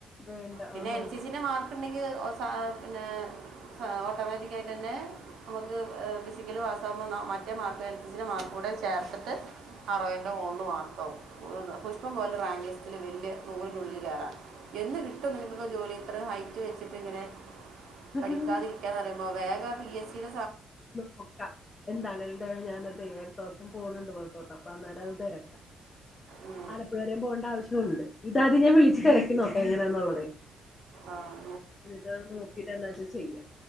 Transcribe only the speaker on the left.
വേണ്ട
ആഹ്
ആഹ്
നോക്ക എന്താണ് എന്തായാലും ഞാനത് എടുു ദിവസം ഫോണുണ്ട് പോഴത്തോട്ട് അപ്പൊ അന്നേരം അത് തിരക്കാം
ആലപ്പുഴ വര പോകേണ്ട ആവശ്യമുണ്ട് ഇതാദ്യം ഞാൻ വിളിച്ചച്ച് കരക്കി നോക്കെ എങ്ങനാന്നുള്ളത്
എന്നിട്ട് നോക്കിട്ട് എന്താച്ചാ ചെയ്യാം